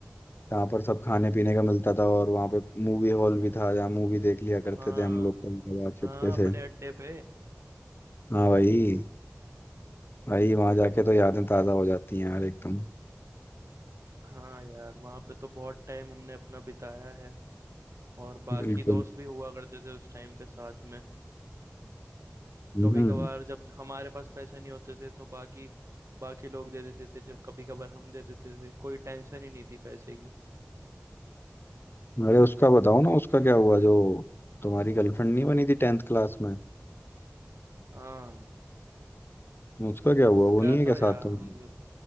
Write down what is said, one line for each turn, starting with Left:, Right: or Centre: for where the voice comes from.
Left: जहाँ पर सब खाने पीने का मिलता था और वहाँ पे मूवी हॉल भी था जहाँ मूवी देख लिया करते
Right: हाँ
Left: थे हम लोग कभी कभार चुपके
Right: हाँ
Left: से
Right: अपने अड्डे पे
Left: हाँ भाई भाई वहां जाके तो यादें ताजा हो जाती हैं यार एकदम
Right: हाँ यार वहाँ पे तो बहुत टाइम हमने अपना बिताया है और बाकी
Left: बिल्कुल
Right: दोस्त भी हुआ करते थे उस टाइम पे साथ में
Left: हम्म
Right: कभी कभार जब हमारे पास पैसे नहीं होते थे तो बाकी बाकी लोग दे देते थे जब कभी कभार हम दे देते थे कोई टेंशन ही नहीं थी पैसे की
Left: अरे उसका बताओ ना उसका क्या हुआ जो तुम्हारी गर्लफ्रेंड नहीं बनी थी टेंथ क्लास में
Right: हाँ
Left: उसका क्या हुआ
Right: उसका
Left: वो नहीं है
Right: तो
Left: क्या
Right: यार
Left: साथ तुम